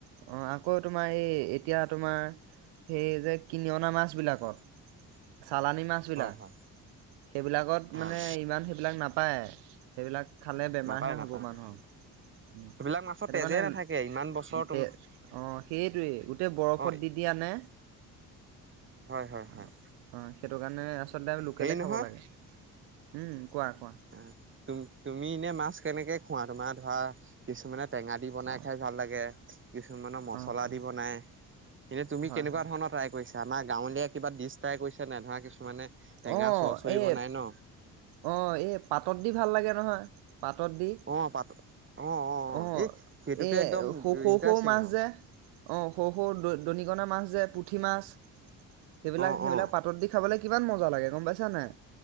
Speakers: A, on the right (about 85°); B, on the right (about 30°).
A: অ', আকৌ তোমাৰ সেই এতিয়া তোমাৰ সেইযে কিনি অনা মাছ বিলাকত চালানী মাছবিলাক,
B: হয় হয়
A: সেইবিলাকত
B: হয়
A: মানে ইমান সেইবিলাক নাপ সেইবিলাক খালে বেমাৰহে
B: নাপায় নাপায়
A: হ'ব মানুহৰ।
B: নাপায়
A: সেইটো
B: সেইবিলাক মাছৰ তেজে
A: কাৰণে
B: নাথাকে ইমান
A: <inaudible>
B: বছৰ তোম
A: সেয়ে, অ', সেইটোৱেই, গোটেই বৰফত
B: অ
A: দি দিয়া নে,
B: হয় হয়
A: অ',
B: হয়
A: সেইটো কাৰণে আচলতে লোকেলে
B: হেৰি নহয়
A: খাব লাগে। উম, কোৱা, কোৱা।
B: আ, তুম-তুমি এনে মাছ কেনেকে খোৱা? তোমাৰ ধৰা কিছুমানে টেঙা দি বনাই
A: অ
B: খাই ভাল লাগে, কিছুমানৰ মছলা
A: অ অ
B: দি বনাই, এনে তুমি
A: হয়
B: কেনেকুৱা
A: হয়
B: ধৰণৰ ট্ৰাই কৰিছা? আমাৰ গাঁৱলীয়া কিবা ডিছ ট্ৰাই কৰিছা নাই? ধৰা কিছুমানে টেঙা
A: অ
B: চচৰি
A: এই
B: বনাই ন'।
A: অ' এই পাতত দি ভাল লাগে নহয়। পাতত দি।
B: অ পাত অ
A: অ',
B: এই সেইটোতো
A: এই
B: একদম
A: সৰু-সৰু,
B: ইণ্টাৰেষ্টিং
A: সৰু মাছ
B: আৰু
A: যে, অ', সৰু সৌ দ-দৰিকণা মাছ যে, পুঠি মাছ। সেইবিলাক,
B: অ
A: সেইবিলাক
B: অ
A: পাতত দি খাবলে কিমান মজা লাগে গম পাইছা নাই?